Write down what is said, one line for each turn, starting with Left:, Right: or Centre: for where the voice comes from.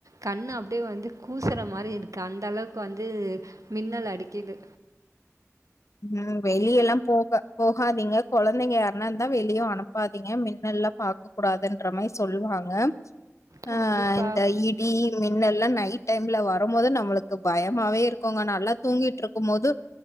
Right: கண்ணு அப்டியே வந்து கூசுற மாரி இருக்கு அந்த அளவுக்கு வந்து மின்னல அடிக்குது
Left: ம் வெளியலா போக போகாதீங்க கொழந்தைங்க யாருனா இருந்தா வெளியவு அனுப்பாதீங்க மின்னல் லா பாக்க கூடாதுன்ற மாயி சொல்லுவாங்க
Right: கண்டிப்பாக
Left: அ இந்த இடி மின்னல்லா நைட் டைம்ல வருமோது நம்மளுக்கு பயமாவே இருக்குங்க நல்லா தூங்கிட்ருக்கு மோது